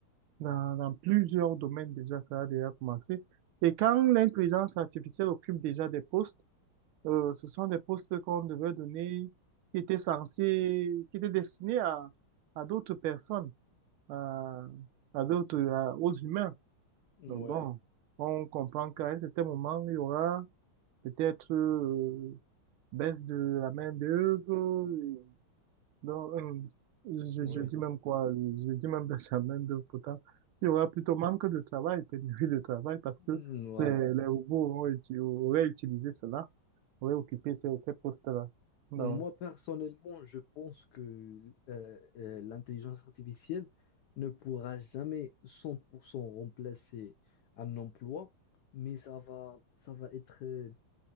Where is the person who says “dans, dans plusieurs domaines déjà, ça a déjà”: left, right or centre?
Right